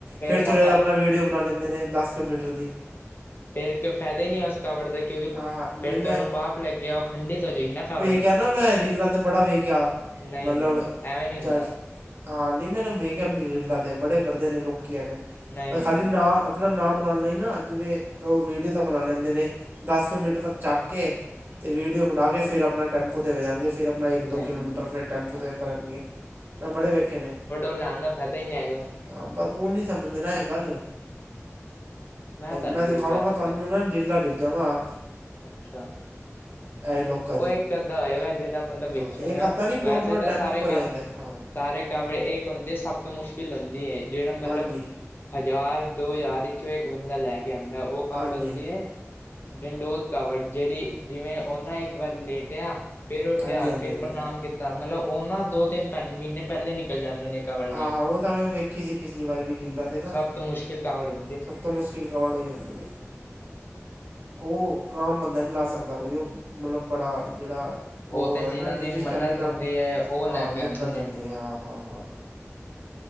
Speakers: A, on the right; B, on the left.
A: ਫਿਰ
B: ਨਾ
A: ਥੋੜ੍ਹੀ ਜਹਾ
B: ਕ
A: ਆਪਣਾ ਵੀਡੀਓ ਬਣਾ ਲੈਂਦੇ ਨੇ ਦਸ ਕੁਲੋਮੀਟਰ ਦੀ
B: ਫੇਿਰ ਕੋਈ ਫਾਇਦਾ ਹੀ ਨਹੀਂ ਆ ਉਸ ਕਵੜ ਦਾ ਕਿਉਂਕਿ
A: ਹਾਂ ਹਾਂ ਨਹੀਂ
B: ਫੇਿਰ ਤਾਂ
A: ਮੈਂ
B: ਉਹਨੂੰ ਪਾਪ ਲੱਗਿਆ ਉਹ ਖੰਡਿਤ ਹੋ ਜਾਏਗੀ ਨਾ ਕਵੜ
A: ਕ ਨਾ ਮੈਂ ਰੀਲਾਂ ਤੇ ਬੜਾ ਵੇਖਿਆ
B: ਨਹੀਂ
A: ਮਤਲਬ
B: ਨਹੀਂ ਐਵੇਂ ਨਹੀਂ ਹੁੰਦਾ
A: ਚ ਹਾਂ ਨਹੀਂ ਮੈਨੂੰ ਵੇਖਖਿਆ ਮਲਾ ਤੇ ਬੜੇ ਕਰਦੇ ਨੇ ਲੋਕ ਆਵੇਂ
B: ਨਹੀਂ
A: ਪਰ
B: ਨਹੀਂ
A: ਖਾਲੀਦਾ ਆਪਣਾ ਨਾਂ ਬਣਾਉਣ ਲਈ ਨਾ ਜਿਵੇਂ ਉਹ ਵੀਡੀਓ ਤਾਂ ਬਣਾ ਲੈਂਦੇ ਨੇ ਦਸ ਕੁ ਮਿੰਟਰ ਤੱਕ ਚੱਕ ਕੇ ਅਤੇ ਵੀਡੀਓ ਬਣਾ ਕੇ ਫਿਰ ਆਪਣਾ ਟੈਂਪੂ 'ਤੇ ਜਾਣਗੇ ਫਿਰ ਆਪਾਂ ਆਪਣਾ ਇੱਕ
B: ਨਹੀਂ
A: ਦੋ ਕਿਲੋਮੀਟਰ
B: ਨਹੀਂ
A: ਫਿਰ ਟੈਂਮਪੂ
B: ਨਹੀਂ
A: ਤੋਂ ਕਰਨਣਗੇ ਮ ਬੜੇ ਵੇਖੇ ਨੇ
B: ਲੈਣ ਦਾ ਫਾਇਦਾ ਹੀ ਨਹੀਂ ਹੈਗਾ
A: ਹਾਂ ਬਸ ਉਹ ਨੀ ਸਮਝਦੇ ਨਾ ਇਹ ਗੱਲ
B: ਮੈਂ ਤਾਂ
A: ਮੈਂਦ
B: ਨਹੀਂ ਵੇਖਿਆ
A: ਖਮਗਾ
B: ਅੱਜ
A: ਤਹਨੂੰ
B: ਤੱਕ
A: ਨਾਲ ਡਿੱਲਾ ਬਿੱਜਾਗਾ
B: ਅੱਛਾ
A: ਲੋਕਾਂ
B: ਉਹ
A: ਦੀ
B: ਇੱਕ ਅੱਧਾ ਹੋਏਗਾ ਜਿਹੜਾ ਮਤਲਬ ਵਿੱਚੋਂ
A: ਹਾਂ ਇੱਕ
B: ਨਾ
A: ਅੱਧਾ ਨਹੀਂ ਪੂਰਾ
B: ਵੈਸੇ
A: ਪੂਰਾ
B: ਤਾਂ
A: ਟੈਂਪੂ
B: ਸਾਰੇ
A: ਭਰਿਆ
B: ਕਾ
A: ਹੁੰਦਾ ਹਾਂ
B: ਸਾਰੇ ਕਵਰੇ ਇੱਕ ਹੁੰਦੇ ਸਭ ਤੋਂ ਮੁਸ਼ਕਿਲ ਹੁੰਦੀ ਹੈ ਜਿਹੜਾ ਮਤਲਬ
A: ਹਾਂਜੀ
B: ਹਜ਼ਾਰ ਦੋ ਹਜ਼ਾਰ ਵਿੱਚੋਂ ਇੱਕ ਬੰਦਾ ਲੈ ਕੇ ਆਉਂਦਾ ਉਹ ਕਊਟ
A: ਹਾਂਜੀ
B: ਹੁੰਦੀ ਹੈ ਡੰਡੋ ਕਵਟ ਜਿਹੜੀ ਜਿਵੇਂ ਉਹਨਾਂ ਇੱਕ ਵਾਰੀ ਲੇਟ ਆ ਫੇਿਰ ਉੱਠਿਆ
A: ਹਾਂਜੀ ਹਾਂਜੀ
B: ਫਿਰ
A: ਹਾਂਜੀ
B: ਪ੍ਰਣਾਮ ਕੀਤਾ ਤਾਂ ਮਤਲਬ ਉਹ ਨਾ ਦੋ ਤਿੰਨ ਪਹਿ ਮਹੀਨੇ ਪਹਿਲੇ ਨਿਕਲ ਜਾਂਦੇ ਨੇ ਕਾਵੜ ਲਈ
A: ਆਹੋ ਉਹ ਤਾਂ ਮੈਂ ਵੇਖੀ ਸੀ ਪਿਛਲੀ ਵਾਰੀ ਵੀ
B: ਹਮ
A: ਰੀਲਾਂ ਤੇ ਨਾ
B: ਸਭ ਮੁਸ਼ਕਿਲ ਕਵੜੋ
A: ਸਭ ਤੋਂ ਮੁਸ਼ਕਿਲ ਕਵੜ ਹੋ ਜਾਂਦੀ ਹੈ ਉਹ ਆਮ ਬੰਦਾ ਨਹੀਂ ਲਾ ਸਕਦਾ ਕੋਈ ਉਹ ਮਤਲਬ ਬੜਾ ਜਿਹੜਾ
B: ਉਹ ਤੇ ਜਿਹਨਾਂ
A: ਹੈ ਨਾ ਜਿਹਦੇ
B: ਦੀ ਮੰਨਤ
A: ਸਟੈਮੀਨਾ
B: ਹੁੰਦੀ ਹੈ ਉਹ
A: ਹਾਂ
B: ਲੈ ਕੇ
A: ਮਿਹਨਤ
B: ਆਉਂਦੇ ਨੇ
A: ਹੁੰਦੀ ਹਾਂ ਹਾਂ ਹਾਂ